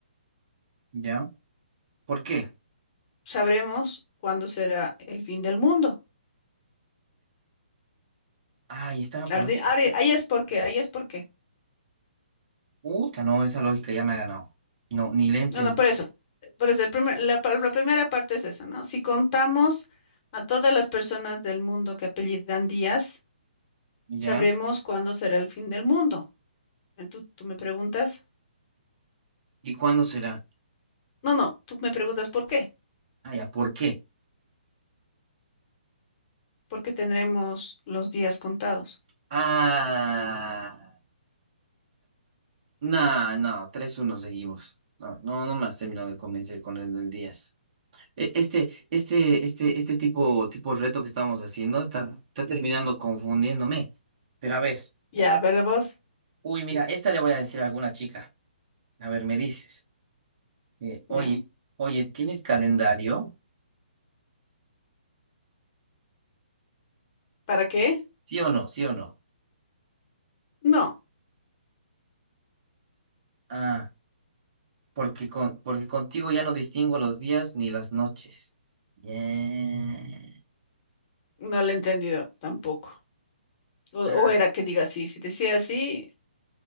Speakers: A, on the right (about 45°); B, on the left (about 35°).
A: ¿Ya? ¿Por qué?
B: sabremos cuándo será el fin del mundo.
A: Ay, estaba por...
B: Al di- ahora- Ahí es porque, ahí es porque.
A: Puta, no, esa lógica ya me ha ganado. No, ni le entendí.
B: No, no, por eso. Por eso, el primer- la, pa- la primera parte es eso, ¿no? Si contamos a todas las personas del mundo que apellidan Díaz,
A: ¿Ya?
B: sabremos cuándo será el fin del mundo. Eh, ¿Tú, tú me preguntas?
A: ¿Y cuándo será?
B: No, no, tú me preguntas por qué.
A: Ah, ya, ¿por qué?
B: Porque tendremos los días contados.
A: Ah, no, no, tres, uno seguimos. No, no, no me has terminado de convencer con el del 10. E- Este, este, este, este tipo, tipo reto que estamos haciendo está, está terminando confundiéndome. Pero a ver,
B: Ya, pero vos,
A: uy, mira, esta le voy a decir a alguna chica. A ver, me dices, eh, oye,
B: ¿ya?
A: oye, ¿tienes calendario?
B: ¿para qué?
A: ¿Sí o no? ¿Sí o no?
B: No,
A: Ah, porque con, porque contigo ya no distingo los días ni las noches. Yeah.
B: no lo he entendido tampoco. O,
A: Ah,
B: o era que diga así, si decía así,